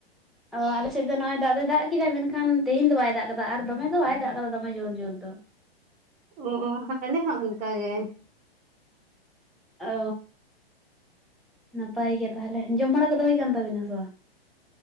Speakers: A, in the centre; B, on the right.
A: ᱚ ᱟᱞᱮᱥᱮᱫ ᱫᱚ ᱱᱚᱜᱼᱚᱭ ᱫᱟᱜ ᱫᱚᱭ ᱫᱟᱜ ᱠᱮᱫᱟ ᱢᱮᱱᱠᱷᱟᱱ, ᱛᱮᱦᱮᱧ ᱫᱚ ᱵᱟᱭ ᱫᱟᱜ ᱠᱟᱫᱟ ᱟᱨ ᱫᱚᱢᱮ ᱫᱚ ᱵᱟᱭ ᱫᱟᱜ ᱠᱟᱫᱟ ᱫᱚᱢᱮ ᱡᱩᱨ ᱡᱩᱨ ᱫᱚ
B: ᱚ ᱟᱞᱮ ᱦᱚᱸ ᱚᱱᱠᱟ ᱜᱮ᱾
A: ᱚ ᱱᱟᱯᱟᱭ ᱜᱮ ᱛᱟᱦᱚᱞᱮ ᱡᱚᱢ ᱵᱟᱲᱟ ᱠᱚᱫᱚ ᱦᱩᱭ ᱠᱟᱱ ᱛᱟᱵᱤᱱᱟ ᱥᱮ ᱵᱟᱝ